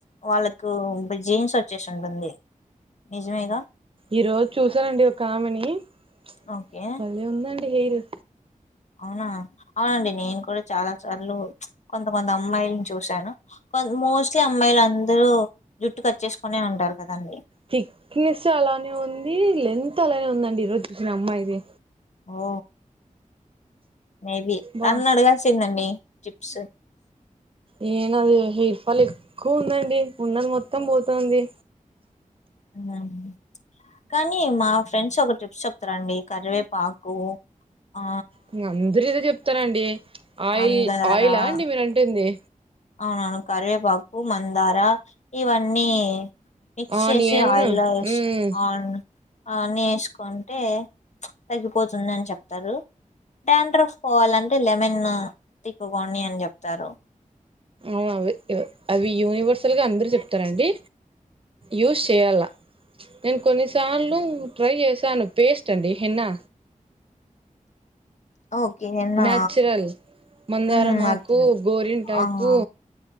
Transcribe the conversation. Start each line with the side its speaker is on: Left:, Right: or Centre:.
Left: వాళ్ళకు బెన్ జీన్స్ వచ్చేసింటుంది నిజమేగా
Right: ఈ రోజు చూసానండి ఒక ఆమెని చ్
Left: ఓకే
Right: బలే ఉందండి హెయిరు.
Left: అవునా అవునండి నేను కూడా చాలా సార్లు చ్ కొంతమంది అమ్మాయిల్ని చూశాను. మోస్ట్లీ అమ్మాయిలు అందరు జుట్టు కట్ చేసుకొనే ఉంటారు కదండి.
Right: థిక్నెస్ అలానే ఉంది లెంత్ అలానే ఉందండి ఈరోజు చూసిన అమ్మాయిది.
Left: ఓ మే బి తన్ని
Right: బా
Left: అడగాల్సిందండి టిప్సు
Right: యే నాది హెయిర్ ఫాల్ ఎక్కువ ఉందండి ఉన్నది మొత్తం పోతుంది.
Left: <unintelligible> కానీ మా ఫ్రెండ్స్ ఒక ట్రిప్స్ చెప్తారండి కరివేపాకు ఆ
Right: ఇంగ అందరూ ఇదే చెప్తారండి ఆయిల్
Left: మందార
Right: ఆయిలా అండి మీరు అంటుంది.
Left: అవునవును కరివేపాకు మందార ఇవన్నీ మిక్స్
Right: ఆనియన్
Left: చేసి ఆయిల్ల
Right: ఉమ్
Left: ఆన్ ఆన్ని వేసుకుంటే చ్ తగ్గిపోతుంది అని చెప్తారు డ్యాడ్రప్ పోవాలంటే లెమన్ తిక్కుకోండి అని చెప్తారు.
Right: ఉ అవే అవి యూనివర్సల్గా అందరూ చెప్తారండి యూస్ చేయాల్ల మెమ్ కొన్నిసార్లు ట్రై చేసాను పేస్ట్ అండి హెన్నా
Left: <unintelligible> ఓకే నా
Right: నాచురల్ మందారమాకు
Left: ఉమ్ అర్థమైంది
Right: గోరిన్ టాకు
Left: ఆ
Right: కు